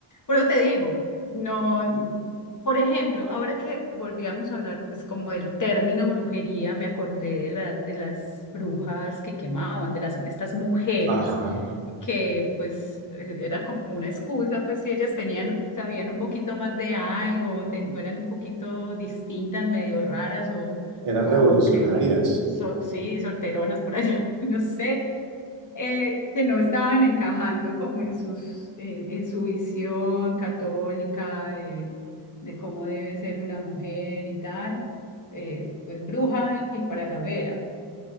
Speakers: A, on the left; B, on the right.
A: Pero te digo, no, por ejemplo, ahora que volvíamos a hablar, pues como del término brujería, me acordé de la, de las brujas que quemaban, de las, de estas mujeres
B: Ajá,
A: que pues eh, era como una excusa, pues si ellas tenían, sabían un poquito más de algo, o ten- o eran un poquito distintas, medio raras o,
B: eran
A: o
B: revolucionarias,
A: que, so- sí, solteronas por allá, <laughs> no sé, eh, que no estaban encajando como en sus, en, en su visión católica de, de cómo debe ser una mujer y tal, eh, pues bruja y para la hoguera.